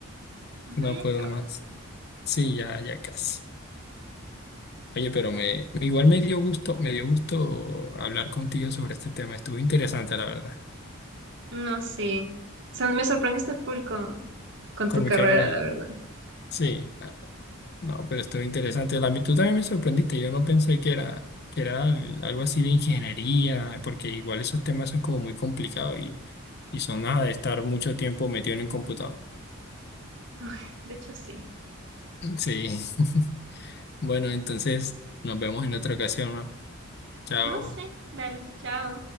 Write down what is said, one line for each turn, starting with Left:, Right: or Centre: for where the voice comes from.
Right: <laughs>
Left: no
Right: Pero ya
Left: puedo
Right: acabas,
Left: más. Sí, ya, ya casi. Oye, pero me, igual me dio gusto, me dio gusto hablar contigo sobre este tema, estuvo interesante, la verdad,
Right: No sé. O sea, me sorprendiste full con, con
Left: con
Right: tu carrera,
Left: mi carrera.
Right: la verdad.
Left: Sí, ah, no, pero estuvo interesante. La, mi- tú también me sorprendiste, yo no pensé que era, que era al- algo así de ingeniería, porque igual esos temas son como muy complicados y, y son nada de estar mucho tiempo metido en un computador.
Right: Ay, de hecho, sí.
Left: <clears throat> Sí, <laughs> bueno, entonces nos vemos en otra ocasión, ¿no? Chao.
Right: No sé. Dale, chao.